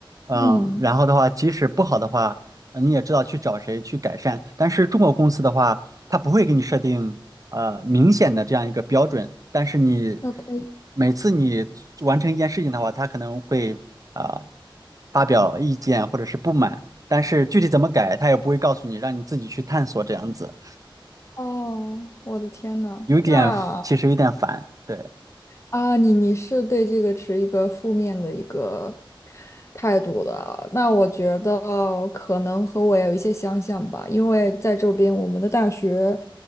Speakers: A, on the right (about 40°); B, on the left (about 30°).
A: 嗯，
B: 嗯，
A: 然后的话，即使不好的话，呃你也知道去找谁去改善。但是中国公司的话，它不会给你设定呃明显的这样一个标准，但是你
B: OK，
A: 每次你完成一件事情的话，他可能会啊、呃发表意见或者是不满。但是具体怎么改，他也不会告诉你，让你自己去探索这样子，
B: 哦，我的天呐，
A: 有点其实有点烦。
B: 那。
A: 对，
B: 啊，你你是对这个持一个负面的一个态度的啊，那我觉得可能和我有一些相像吧，因为在这边我们的大学